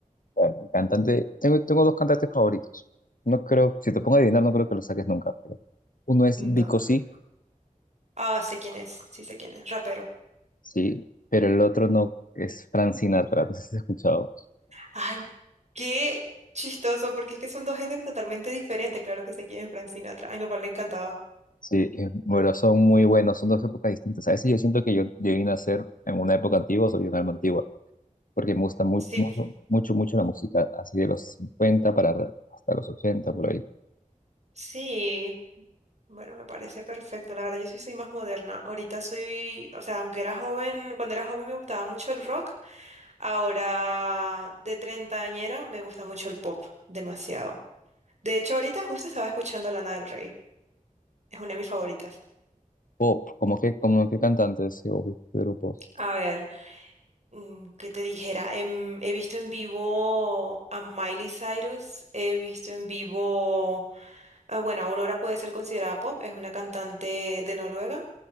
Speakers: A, on the left; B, on the right.
A: Bueno, mi cantante, tengo, tengo dos cantantes favoritos. No creo, si te pongo a adivinar, no creo que lo saques nunca, pero uno es
B: No,
A: Vico
B: no.
A: sí,
B: cre- Ah, sé quién es, sí sé quién es, rapero.
A: sí, pero el otro no es Frank Sinatra, no sé si has escuchado.
B: Ay, qué chistoso, porque es que son dos géneros totalmente diferentes. Claro que sé quién es Frank Sinatra. A mi papá le encantaba.
A: Sí, eh, bueno, son muy buenos, son dos épocas distintas. A veces yo siento que yo, yo vine a ser en una época antigua, soy un alma antigua, porque me gusta mucho,
B: Sí,
A: mucho,
B: p-
A: mucho, mucho la música, así de los 50 para ra- hasta los 80, por ahí.
B: sí. Bueno, me parece perfecto. La verdad, yo sí soy más moderna. Ahorita soy, o sea, aunque era joven, cuando era joven me gustaba mucho el rock. Ahora, de treintañera, me gusta mucho el pop, demasiado. De hecho, ahorita justo estaba escuchando Lana del Rey. Es una de mis favoritas.
A: Pop, como que, como que cantantes o qué grupos.
B: A ver. mm, ¿qué te dijera? Em, he visto en vivo a Miley Cyrus, he visto en vivo, ah, bueno, Aurora puede ser considerada pop, es una cantante de Noruega.